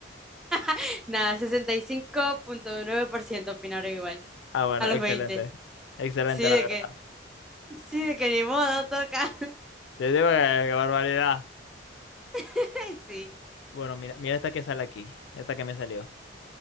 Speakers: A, in the centre; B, on the left.
A: <laughs> Nada, sesenta y cinco punto nueve por ciento opinaron igual.
B: Ah, bueno,
A: A los
B: excelente.
A: 20.
B: Excelente,
A: Sí,
B: la
A: de
B: verdad.
A: que, sí, de que ni modo toca.
B: Te digo que qué barbaridad.
A: <laughs> Sí.
B: Bueno, mira, mira esta que sale aquí. Esta que me salió.